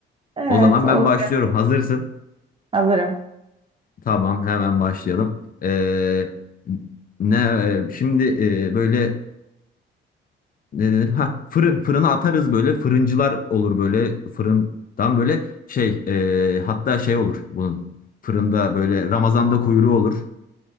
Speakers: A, on the right (about 25°); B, on the left (about 45°).
A: evet.
B: O zaman
A: Olur.
B: ben başlıyorum. Hazırsın.
A: Hazırım.
B: Tamam hemen başlayalım. Ee, ne ee, şimdi ee, böyle ne denir? Ha fırın fırına atarız böyle fırıncılar olur böyle fırından böyle şey e, hatta şey olur bunun fırında böyle Ramazan'da kuyruğu olur.